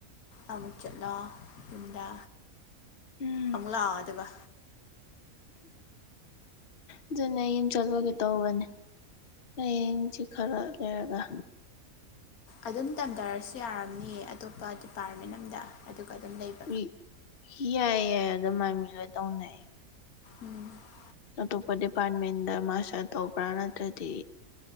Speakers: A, on the left; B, on the left.
A: ꯑꯃꯥꯨꯛ ꯆꯠꯂꯣ ꯌꯨꯝꯗ
B: ꯎꯝ
A: ꯑꯃꯨꯛ ꯂꯥꯛꯑꯣ ꯑꯗꯨꯒ
B: ꯑꯗꯨꯅꯦ ꯌꯨꯝ ꯆꯠꯂꯨꯒꯦ ꯇꯧꯕꯅꯦ ꯍꯌꯦꯡ ꯁꯤ ꯈꯔ ꯂꯩꯔꯒ
A: ꯑꯗꯨꯝ ꯇꯝꯊꯔꯁꯨ ꯌꯥꯔꯝꯅꯤꯌꯦ ꯑꯇꯣꯞꯄ ꯗꯤꯄꯥꯔꯃꯦꯟ ꯑꯝꯗ ꯑꯗꯨꯒ ꯑꯗꯨꯝ ꯂꯩꯕ
B: ꯃꯤ ꯌꯥꯏ ꯌꯥꯏ ꯑꯗꯣꯃꯥꯏ ꯃꯤ ꯂꯣꯏ ꯇꯧꯅꯩꯌꯦ
A: ꯎꯝ
B: ꯑꯇꯣꯞꯄ ꯗꯤꯄꯥꯔꯃꯦꯟꯗ ꯃꯥꯁꯇꯔ ꯇꯧꯕ꯭ꯔꯥ ꯅꯠꯇ꯭ꯔꯗꯤ